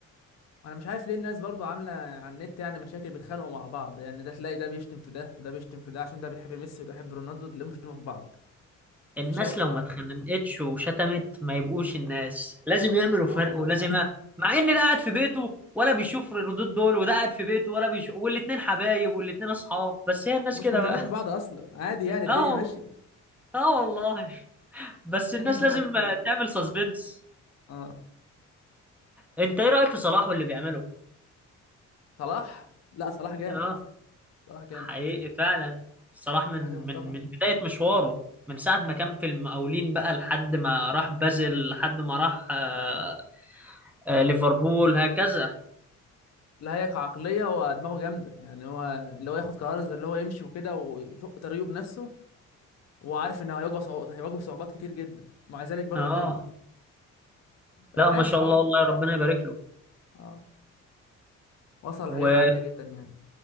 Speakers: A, on the left; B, in the centre.
A: انا مش عارف ليه الناس برضو عامله على النت يعني مشاكل بيتخانقوا مع بعض يعني ده تلاقي ده بيشتم في ده وده بيشتم في ده عشان ده بيحب ميسي وده بيحب رونالدو تلاقيهم بيشتموا في بعض مفيش
B: الناس
A: اي احترام
B: لو ما اتخنقتش وشتمت ما يبقوش الناس لازم يعملوا فرق
A: اه والله
B: ولازم يع- مع ان ده قاعد في بيته ولا بيشوف الردود دول وده قاعد في بيته ولا بيشوف والاتنين حبايب والاتنين اصحاب بس
A: <laughs>
B: هي الناس
A: مش
B: كده
A: مهتمين
B: بقى
A: ببعض اصلا عادي
B: <laughs>
A: يعني الدنيا
B: اه والله
A: ماشيه
B: اه والله بس
A: لا
B: الناس
A: الناس دخلت
B: لازم
A: فين
B: تعمل سسبنس
A: اه
B: انت ايه رأيك في صلاح واللي بيعمله
A: صلاح لا صلاح جامد
B: اه
A: صلاح جامد
B: حقيقي فعلا صلاح من
A: صلاح جامد
B: من
A: طبعا
B: من بداية مشواره من ساعة ما كان في المقاولين بقى لحد ما راح بازل لحد ما راح آه، آه، ليفربول هكذا
A: لا هي كعقلية هو دماغه جامدة يعني هو اللي هو ياخد قرار زي اللي هو يمشي وكده ويشق طريقه بنفسه وهو عارف انه هيواجه صعو... هيواجه صعوبات كتير جدا ومع ذلك برضه
B: اه
A: كمل بقى
B: لا
A: ناجح
B: ما شاء الله
A: اهو ان
B: والله
A: شاء
B: ربنا
A: الله
B: يبارك له
A: اه وصل
B: و
A: لحاجات عالية جدا يعني